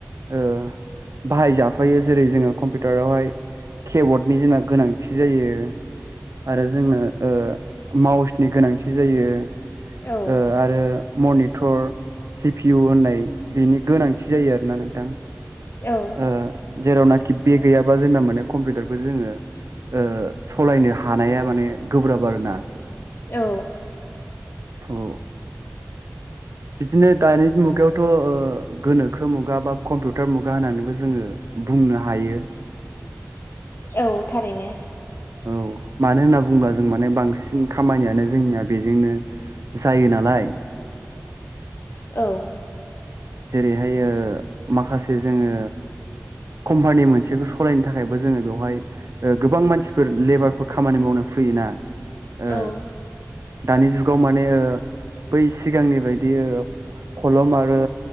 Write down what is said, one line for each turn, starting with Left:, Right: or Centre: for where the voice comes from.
Right: ओ बाहाय जाफायो जेरै जोङो कम्पिउटारावहाय केबर्डनि जोंना गोनांथि जायो आरो जोंनो ओ माउसनि गोनांथि जायो।
Left: औ
Right: ओ आरो मनिथर सि पि इउ होननाय बिनि गोनांथि जायो आरोना नोंथां।
Left: औ
Right: ओ जेरावनाखि बे गैयाबा जोंना माने कम्पिउटारखौ जोङो ओ सलायनो हानाया माने गोब्राब आरोना
Left: औ
Right: औ बिदिनो दानि मुगायावथ' ओ गोनोखो मुगा बा कम्पिउटार मुगा होननानैबो जोङो बुंनो हायो
Left: औ थारैनो
Right: औ मानो होनना बुङोब्ला जों माने बांसिन खामानियानो जोंनिया बेजोंनो जायो नालाय
Left: औ
Right: जेरैहाय ओ माखासे जोङो कम्पानि मोनसेखौ सालायनो थाखायबो जोङो बेवहाय गोबां मानसिफोर लेबारफोर खामानि माव मावनो फैयोना ओ
Left: औ
Right: दानि जुगाव माने ओ बै सिगांनि बायदि ओ खलम आरो